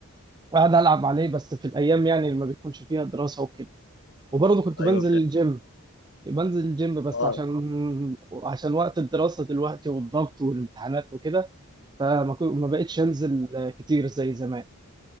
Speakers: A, on the right; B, on the left.
A: قاعد العب عليه بس في الايام يعني اللي ما بيكونش فيها دراسه وكده وبرضه كنت
B: ايوه
A: بنزل
B: فاهم
A: الجيم بنزل الجيم بس
B: اه
A: عشان عشان وقت الدراسه دلوقتي والضغط والامتحانات وكده فما كو- ما بقتش انزل كتير زي زمان